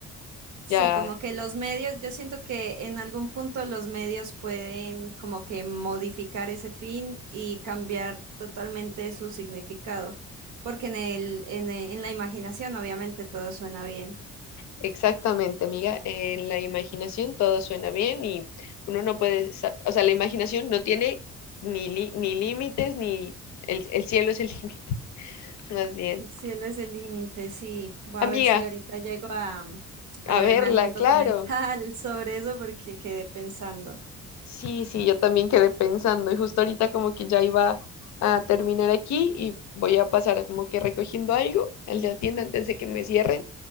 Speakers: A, on the right; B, on the left.
A: Sí,
B: ya
A: como que los medios, yo siento que en algún punto los medios pueden como que modificar ese fin y cambiar totalmente su significado, porque en el, en e- en la imaginación obviamente todo suena bien.
B: exactamente, amiga, en la imaginación todo suena bien y uno no puede, sa- o sea, la imaginación no tiene ni, li- ni límites ni el, el cielo es el <laughs> límite, más bien.
A: El cielo es el límite, sí. Voy
B: Amiga,
A: a ver si ahorita llego a, a
B: a
A: verme
B: verla,
A: algún
B: claro.
A: documental <laughs> sobre eso porque quedé pensando.
B: Sí, sí, yo también quedé pensando y justo ahorita como que ya iba a terminar aquí y voy a pasar como que recogiendo algo al de la tienda antes de que me cierren.